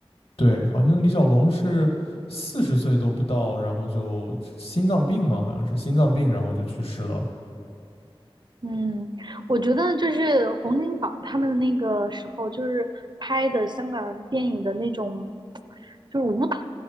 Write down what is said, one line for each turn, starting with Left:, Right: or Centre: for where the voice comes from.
Left: 对，好像李小龙是四十岁都不到，然后就心脏病嘛，好像是心脏病，然后就去世了。
Right: 嗯，我觉得就是洪金宝他们那个时候就是拍的香港电影的那种就是武打。